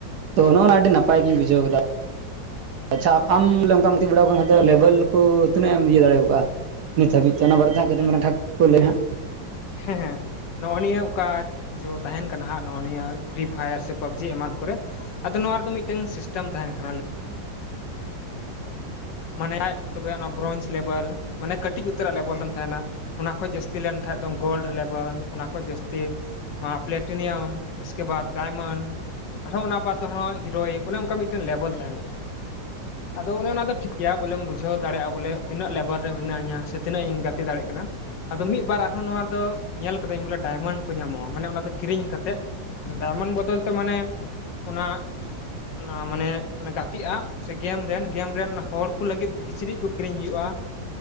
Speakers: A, on the right; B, on the left.
A: ᱛᱚ ᱱᱚᱜᱼᱚᱱᱟ ᱟᱹᱰᱤ ᱱᱟᱯᱟᱭ ᱜᱤᱧ ᱵᱩᱡᱷᱟᱣ ᱠᱮᱫᱟ ᱟᱪᱪᱷᱟ ᱟᱢ ᱚᱱᱠᱟᱢ ᱜᱟᱛᱤ ᱵᱟᱲᱟᱟᱣ ᱠᱟᱜ ᱠᱷᱟᱱ ᱫᱚ ᱞᱮᱵᱮᱞ ᱠᱚ ᱛᱤᱱᱟᱹᱜ ᱮᱢ ᱤᱭᱟᱹ ᱫᱟᱲᱮᱣ ᱟᱠᱟᱜᱼᱟ ᱱᱤᱛ ᱦᱟᱹᱵᱤᱡ ᱛᱮ ᱚᱱᱟ ᱵᱟᱨᱮᱛᱮ ᱠᱟᱹᱴᱤᱡ
B: ᱦᱩᱸ
A: ᱦᱟᱸᱜ ᱠᱚ ᱞᱟᱹᱭ ᱢᱮ ᱦᱟᱸᱜ
B: ᱦᱮᱸ ᱦᱮᱸ ᱱᱚᱜᱼᱚᱭ ᱱᱤᱭᱟᱹ ᱚᱠᱟ ᱡᱚ ᱛᱟᱦᱮᱱ ᱠᱟᱱᱟ ᱦᱟᱸᱜ ᱱᱚᱜᱼᱚ ᱱᱤᱭᱟᱹ ᱯᱷᱨᱤ ᱯᱷᱟᱭᱟᱨ ᱥᱮ ᱯᱟᱵᱡᱤ ᱮᱢᱟᱱ ᱠᱚᱨᱮ ᱟᱫᱚ ᱱᱚᱣᱟ ᱨᱮᱫᱚ ᱢᱤᱫᱴᱮᱱ ᱥᱤᱥᱴᱮᱢ ᱛᱟᱦᱮᱱ ᱠᱟᱱᱟ ᱢᱟᱱᱮ ᱟᱡ ᱛᱚᱵᱮ ᱚᱱᱟ ᱵᱨᱚᱡᱽ ᱞᱮᱵᱮᱞ ᱢᱟᱱᱮ ᱠᱟᱹᱴᱤᱡ ᱩᱛᱟᱹᱨᱟᱜ ᱞᱮᱵᱮᱞ ᱨᱮᱢ ᱛᱟᱦᱮᱱᱟ ᱚᱱᱟ ᱠᱷᱚᱡ ᱡᱟᱹᱥᱛᱤ ᱞᱮᱱᱠᱷᱟᱡ ᱫᱚ ᱜᱳᱞᱰ ᱞᱮᱵᱮᱞ ᱚᱱᱟ ᱠᱷᱚᱡ ᱡᱟᱹᱥᱛᱤ ᱱᱚᱣᱟ ᱯᱞᱟᱴᱤᱱᱤᱭᱟᱢ ᱥᱠᱮ ᱵᱟᱫ ᱰᱟᱭᱢᱚᱱᱰ ᱟᱨᱦᱚᱸ ᱚᱱᱟ ᱵᱟᱫ ᱦᱤᱨᱳᱭᱤᱠ ᱚᱱᱮ ᱚᱱᱠᱟ ᱢᱤᱫᱴᱮᱱ ᱞᱮᱵᱮᱞ ᱛᱟᱦᱮᱱᱟ ᱟᱫᱚ ᱚᱱᱮ ᱚᱱᱟ ᱫᱚ ᱴᱷᱤᱠ ᱜᱮᱭᱟ ᱵᱚᱞᱮ ᱵᱩᱡᱷᱟᱹᱣ ᱫᱟᱲᱮᱭᱟᱜᱼᱟ ᱵᱚᱞ ᱛᱤᱱᱟᱹ ᱞᱮᱵᱮᱠ ᱨᱮ ᱢᱮᱱᱟᱧᱟ ᱥᱮ ᱛᱤᱱᱟᱹᱜ ᱤᱧ ᱜᱟᱛᱮ ᱫᱟᱲᱮᱭᱟᱜ ᱠᱟᱱᱟ ᱟᱫᱚ ᱢᱤᱫᱵᱟᱨ ᱟᱨᱦᱚᱸ ᱱᱚᱣᱟ ᱨᱮᱫᱚ ᱧᱮᱞ ᱠᱟᱫᱟᱹᱧ ᱵᱚᱞᱮ ᱰᱟᱭᱢᱚᱱᱰ ᱠᱚ ᱧᱟᱢᱚᱜᱼᱟ ᱢᱟᱱᱮ ᱚᱱᱟ ᱫᱚ ᱠᱤᱨᱤᱧ ᱠᱟᱛᱮᱜ ᱰᱟᱭᱢᱚᱱᱰ ᱵᱚᱫᱚᱞᱛᱮ ᱢᱟᱱᱮ ᱚᱱᱟ ᱚᱱᱟ ᱢᱟᱱᱮ ᱜᱟᱛᱮᱜᱼᱟᱜ ᱥᱮ ᱜᱮᱢ ᱨᱮᱱ ᱜᱮᱢ ᱨᱮᱱ ᱦᱚᱲ ᱩᱱᱠᱩ ᱞᱟᱹᱜᱤᱫ ᱠᱤᱪᱨᱤᱡᱽ ᱠᱚ ᱠᱤᱨᱤᱧ ᱦᱩᱭᱩᱜᱼᱟ